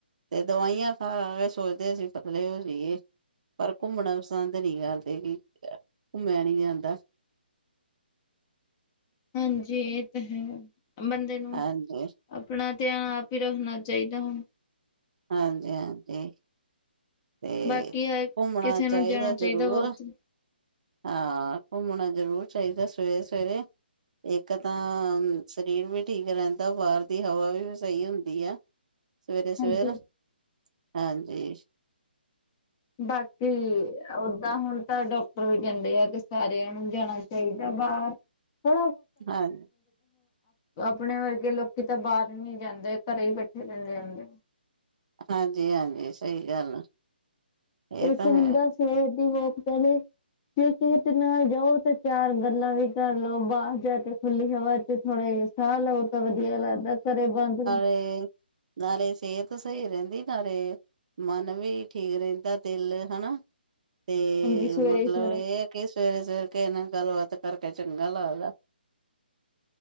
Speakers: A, on the right; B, on the left.
A: ਤੇ ਦਵਾਈਆਂ ਖਾ-ਖਾਕੇ ਸੋਚਦੇ ਸੀ, ਪਤਲੇ ਹੋਏ ਜਾਏ। ਪਰ ਘੁੰਮਣਾ ਪਸੰਦ ਨਹੀ ਕਰਦੇ ਕਿ ਘੁੰਮਿਆ ਨੀ ਜਾਂਦਾ।
B: ਹਾਂਜੀ। ਇਹ ਤਾਂ ਹੈ। ਬੰਦੇ ਨੂੰ
A: ਹਾਂਜੀ
B: ਆਪਣਾ ਧਿਆਨ ਆਪ ਹੀ ਰੱਖਣਾ ਚਾਹੀਦਾ‌ ਹੁਣ
A: ਹਾਂਜੀ-ਹਾਂਜੀ। ਤੇ
B: ਬਾਕੀ ਹਰ
A: ਘੁਮਣਾ
B: ਕਿਸੇ ਨੂੰ
A: ਚਾਹੀਦਾ
B: ਜਾਣਾ
A: ਜ਼ਰੂਰ
B: ਵੋਕ ਤੇ
A: ਹਾਂ। ਘੁੰਮਣਾ ਜ਼ਰੂਰ ਚਾਹੀਦਾ। ਸਵੇਰੇ-ਸਵੇਰੇ ਇੱਕ ਤਾਂ ਸਰੀਰ ਵੀ ਠੀਕ ਰਹਿੰਦਾ। ਬਾਹਰ ਦੀ ਹਵਾ ਵੀ ਸਹੀ ਹੁੰਦੀ ਆ। ਸਵੇਰੇ-ਸਵੇਰ।
B: ਹਾਂਜੀ
A: ਹਾਂਜੀ‌।
B: ਬਾਕੀ ਓਦਾਂ ਹੁਣ ਤਾਂ ਡਾਕਟਰ ਵੀ ਕਹਿੰਦੇ ਆ ਕਿ ਸਾਰਿਆਂ ਨੂੰ ਜਾਣਾ ਚਾਹੀਦਾ ਬਾਹਰ। <inaudible>
A: ਹਾਂ
B: ਆਪਣੇ ਵਰਗੇ ਲੋਕੀ ਤਾਂ ਬਾਹਰ ਨੀ ਜਾਂਦੇ, ਘਰੇ ਹੀ ਬੈਠੇ ਰਹਿਦੇ ਐ।
A: ਹਾਂਜੀ- ਹਾਂਜੀ। ਸਹੀ ਗੱਲ। ਇਹ
B: ਇਸ
A: ਤਾਂ
B: ਹੁੰਦਾ
A: ਹੈ
B: ਸਵੇਰ ਦੀ ਵੋਕ ਪਹਿਲੇ ਜੇ ਕਿਸੇ ਤੇ ਨਾਲ ਜਾਓ ਤੇ ਚਾਰ ਗੱਲਾਂ ਵੀ ਕਰ ਲਓ ਬਾਹਰ ਜਾ ਕੇ ਖੁੱਲੀ ਹਵਾ ਤੇ ਥੋੜ੍ਹਾ ਜ ਸ਼ਾਹ ਦੋ ਤਾਂ ਵਧੀਆ ਲਗੱਦਾ ਘਰੇ ਬੰਦ
A: ਹੂੰ। ਨਾਲੇ ਸਿਹਤ ਸਹੀ ਰਹਿੰਦੀ ਨਾਲੇ ਮਨ ਵੀ ਠੀਕ ਰਹਿੰਦਾ ਦਿਲ ਹਨਾ ਤੇ
B: ਹਾਂਜੀ ਸਵੇਰੇ
A: ਮਤਲਬ
B: ਹੀ ਸਵੇਰੇ
A: ਇਹ ਕਿ ਸਵੇਰੇ-ਸਵੇਰ ਕੇ ਤੇਰੇ ਨਾਲ ਗੱਲਬਾਤ ਕਰਕੇ ਚੰਗਾ ਲੱਗਦਾ।